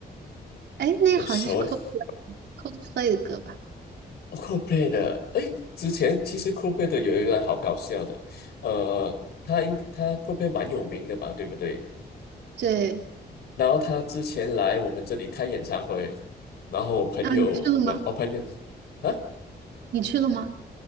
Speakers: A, on the right (about 90°); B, on the left (about 75°).
A: 哎，那好像是
B: 很熟诶
A: Coldplay Coldplay 的歌吧？
B: 哦，Coldplay 的，诶，之前其实 Coldplay 的有一个好搞笑的，呃，他应他 Coldplay 蛮有名的吧，对不对？
A: 对，
B: 然后他之前来我们这里开演唱会，然后我朋友们，
A: 啊，你去了吗？
B: 我朋友啊，
A: 你去了吗？